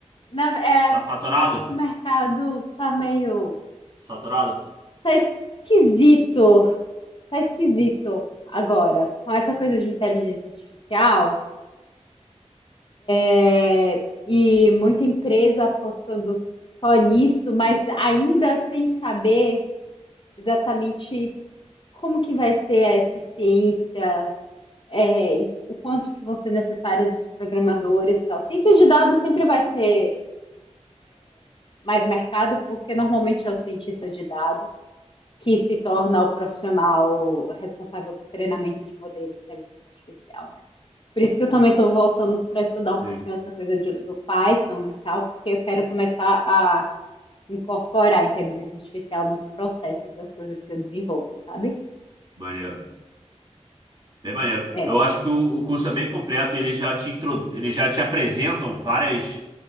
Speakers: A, on the left; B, on the right.
A: na- é,
B: Tá saturado?
A: acho que o mercado tá meio,
B: Saturado?
A: tá esquisito, tá esquisito agora, com essa coisa de inteligência artificial, é, e muita empresa apostando só nisso, mas ainda sem saber exatamente como que vai ser a eficiência é, e o quanto que vão ser necessários os programadores e tal. Ciência de dados sempre vai ter mais mercado, porque normalmente é o cientista de dados que se torna o profissional responsável por treinamento de modelo de inteligência artificial, né? Por isso que eu também estou voltando para estudar
B: Sim.
A: um pouquinho essa coisa de, do Python e tal, porque eu quero começar a incorporar a inteligência artificial nos processos das coisas que eu desenvolvo, sabe?
B: Maneiro. Bem maneiro.
A: É,
B: Eu acho que o, o curso é bem completo e eles já te, intro, eles já te apresentam várias